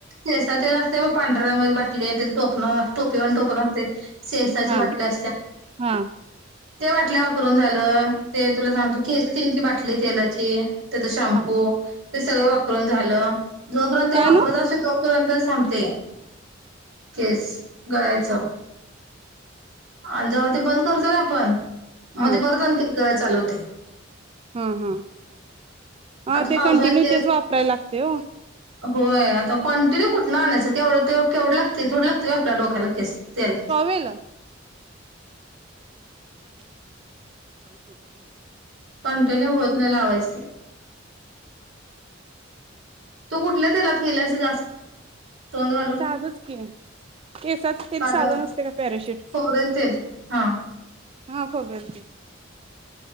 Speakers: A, on the right; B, on the right.
A: सेसा तेल असते पांढऱ्या रंगाची बा ते टोपन टोपी वाल टोपन असते सेसाचे
B: हा
A: बाटल्या असते.
B: हा
A: ते बाटल्या वापरून झाल ते तुला सांगत केश किंग बाटली तेलाची त्याच शॅम्पू
B: हा
A: ते सगळं वापरून झाल. जोपर्यंत ते
B: काय
A: वापरत
B: नव्ह
A: असते तोपर्यंत थांबते केस गळायच आणि जाव ते बंद करतो ना आपण मग
B: हा
A: ते परत आणखी करायला चालवते
B: हम् हम् हा
A: आता
B: ते
A: पावसाळ्यात
B: कंटिन्यू
A: केस
B: तेच वापरायला लागते हो
A: होय आता कंटिन्यू कुठून आणायच केवढ तेव लागते थोड लागते आपल्या डोक्याला केस तेल
B: प्रावेल <unintelligible>
A: कंटिन्यू होत नाहीलावायचे तू कुठल्या तेलात गेला असं जास्त तोंड घालून
B: साधच के केसाच तेल
A: साधं
B: साध नसते का पॅराशूट
A: खोबरेल तेल हा
B: हा खोबरेल तेल